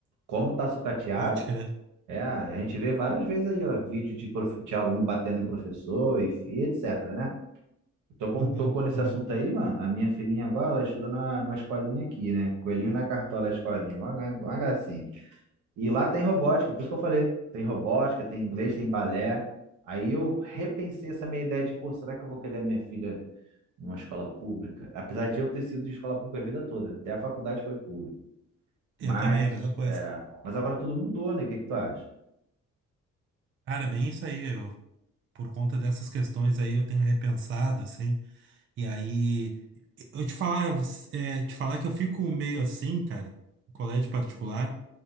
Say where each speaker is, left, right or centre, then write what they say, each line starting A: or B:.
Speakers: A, on the right; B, on the right.
A: Como tá sucateado,
B: pode crer.
A: é, a gente vê várias vezes aí, ó, vídeo de, prof- de aluno batendo em professor e, e etc, né? Então, como
B: Uhum,
A: tocou nesse
B: uhum.
A: assunto aí, mano, a minha filhinha agora, ela estuda na, numa escolinha aqui, né? Coelhinho na cartola, é a escolinha, uma, gra- uma gracinha. E lá tem robótica, por isso que eu falei, tem robótica, tem inglês, tem balé. Aí eu repensei essa minha ideia de, pô, será que eu vou querer a minha filha? numa escola pública. Apesar de eu ter sido de escola pública a vida toda, até a faculdade foi pública. Mas,
B: Eu também, mesma coisa.
A: é,
B: cara.
A: mas agora tudo mudou, né? O que que tu acha?
B: bem isso aí. Eu, por conta dessas questões aí, eu tenho repensado, assim. E aí, eu te falar, é, te falar que eu fico meio assim, cara, em colégio particular.